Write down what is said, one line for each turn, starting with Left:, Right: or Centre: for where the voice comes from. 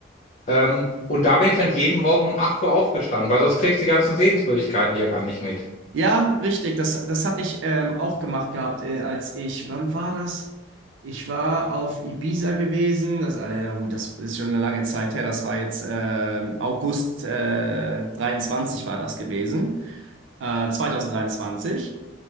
Left: Ähm, und da bin ich dann jeden Morgen um 8 Uhr aufgestanden, weil sonst kriegst du die ganzen Sehenswürdigkeiten ja gar nicht mit.
Right: Ja, richtig. Das, das hatte ich ähm, auch gemacht gehabt, äh, als ich, wann war das? Ich war auf Ibiza gewesen. Das, äh, ja gut, das ist schon eine lange Zeit her. Das war jetzt ähm, August äh, 23 war das gewesen. Äh, 2023.